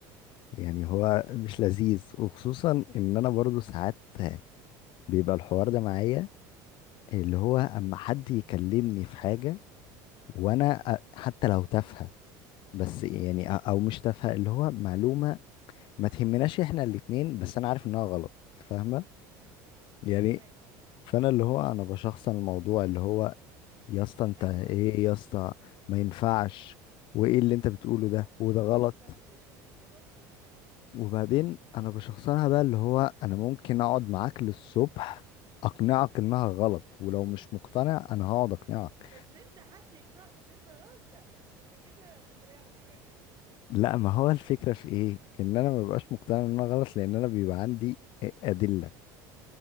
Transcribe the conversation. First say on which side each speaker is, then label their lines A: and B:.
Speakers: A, on the left; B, on the right.
A: يعني هو مش لذيذ وخصوصا ان انا برضو ساعات بيبقى الحوار ده معايا اللي هو اما حد يكلمني في حاجة وانا أ- حتى لو تافهة بس يعني أ- او مش تافهة اللي هو معلومة ما تهمناش احنا الاتنين بس انا عارف انها غلط فاهمة يعني
B: فاهماك اه
A: فانا اللي هو انا بشخصن الموضوع اللي هو يا اسطى انت
B: ايوه
A: ايه يا اسطى ما ينفعش وايه اللي انت بتقوله
B: عامة
A: ده وده
B: هو
A: غلط
B: ليجو فعلا بيشخصن الموضوع في كل حاجة
A: وبعدين انا بشخصنها بقى اللي هو انا ممكن اقعد معاك للصبح اقنعك انها غلط ولو مش مقتنع انا هقعد اقنعك
B: بس انت حد يقنعك ان انت غلط لا انت كده بتريح دماغك
A: لا ما هو الفكرة في ايه ان انا ما ببقاش مقتنع ان انا غلط لان انا بيبقى عندي ادلة